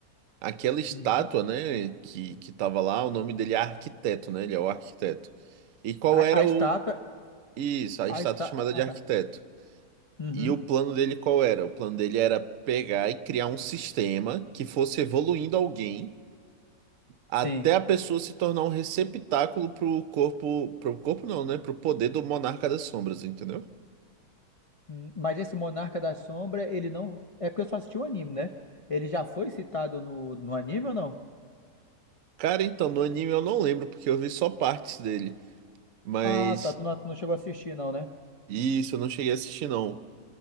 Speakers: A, on the right (about 65°); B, on the left (about 55°).
A: aquela estátua,
B: Uhum.
A: né, que, que tava lá, o nome dele é Arquiteto, né? Ele é o arquiteto. E qual
B: A,
A: era
B: a estátua,
A: o. Isso, a
B: a
A: estátua
B: estátua,
A: chamada de
B: ah,
A: Arquiteto.
B: tá. Uhum.
A: E o plano dele qual era? O plano dele era pegar e criar um sistema que fosse evoluindo alguém até
B: Sim.
A: a pessoa se tornar um receptáculo pro corpo, pro corpo não, né? Pro poder do Monarca das Sombras, entendeu?
B: Hum, Mas esse Monarca da Sombra, ele não. É porque eu só assisti o anime, né? Ele já foi citado no, no anime ou não?
A: Cara, então no anime eu não lembro porque eu vi só partes dele, mas
B: Ah, tá. Tu não, tu não chegou a assistir, não, né?
A: isso eu não cheguei a assistir não.